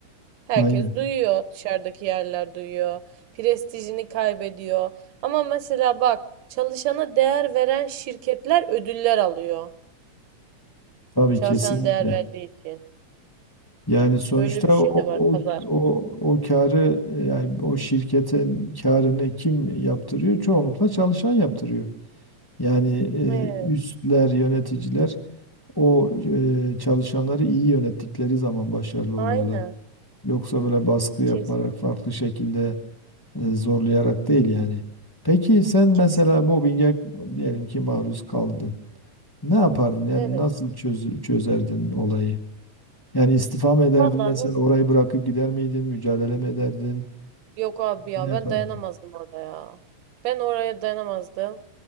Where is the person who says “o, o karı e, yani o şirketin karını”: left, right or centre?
Left